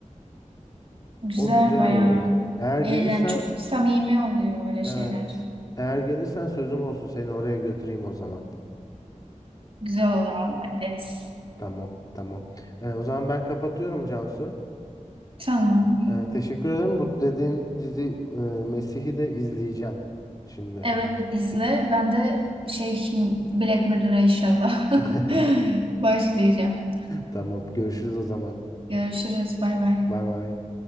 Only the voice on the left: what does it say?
O güzel
oluyor. Eğer gelirsen,
evet.
Eğer gelirsen sözüm olsun seni oraya götüreyim o zaman.
Tamam, tamam. Ee, o zaman ben kapatıyorum Cansu.
Ee, teşekkür ederim. Bu dediğin dizi e, Mesih'i de izleyeceğim şimdi.
<laughs>
Tamam. Görüşürüz o zaman.
Bay bay.